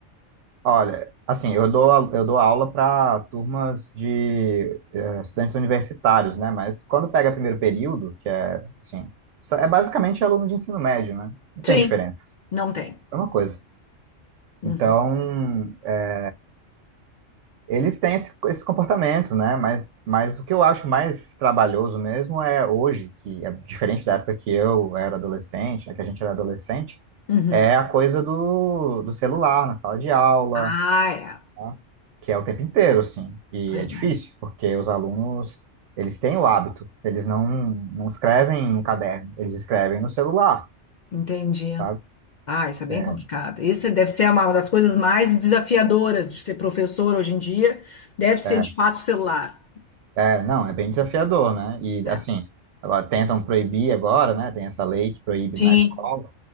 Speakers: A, on the right (about 75°); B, on the left (about 65°).
A: Olha, assim, eu dou, a- eu dou aula para turmas de eh, estudantes universitários, né? Mas quando pega primeiro período, que é, assim, só- é basicamente aluno de ensino médio, né? Não
B: Sim,
A: tem diferença,
B: não tem.
A: é uma coisa.
B: Uhum.
A: Então, eh, eles têm esse, esse comportamento, né? Mas, mas o que eu acho mais trabalhoso mesmo é hoje, que é diferente da época que eu era adolescente, né? Que a gente era adolescente,
B: Uhum.
A: é a coisa do, do celular na sala de aula,
B: Ah, é.
A: tá? Que é o tempo inteiro, assim. E
B: Pois
A: é difícil,
B: é,
A: porque os alunos, eles têm o hábito, eles não, não escrevem no caderno, eles escrevem no celular,
B: entendi.
A: sabe?
B: Ah, isso é bem
A: É,
B: complicado. Isso deve ser uma das coisas mais desafiadoras de ser professor hoje em dia. Deve ser
A: é,
B: de fato o celular.
A: é, não, é bem desafiador, né? E
B: É.
A: assim, agora tentam proibir agora, né? Tem essa lei que proíbe
B: Sim,
A: na escola.